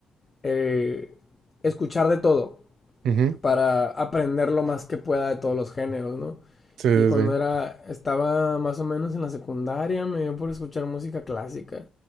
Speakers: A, on the left; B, on the right.
A: eh, escuchar de todo
B: Ujú,
A: para aprender lo más que pueda de todos los géneros, ¿no?
B: Sí,
A: Y cuando
B: sí, sí.
A: era, estaba más o menos en la secundaria, me dio por escuchar música clásica,